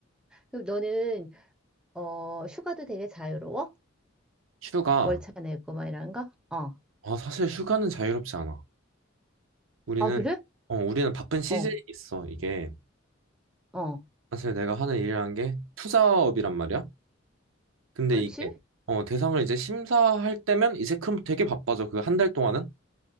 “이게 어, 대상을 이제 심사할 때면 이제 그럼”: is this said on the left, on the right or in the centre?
Right